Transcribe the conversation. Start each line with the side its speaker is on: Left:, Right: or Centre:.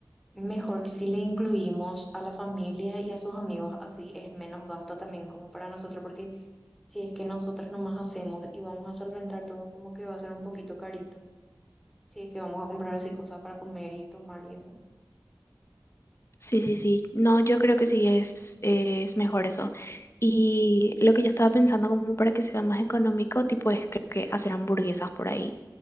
Centre: mejor si le incluimos a la familia y a sus amigos, así es menos gasto también como para nosotros, porque si es que nosotras nomás hacemos y vamos a solventar todo, como que va a ser un poquito carito. Si es que vamos a comprar así cosas para comer y tomar y eso.
Left: Sí, sí, sí. No, yo creo que sí es, es mejor eso. Y lo que yo estaba pensando como para que sea más económico, tipo, es creo que hacer hamburguesas por ahí.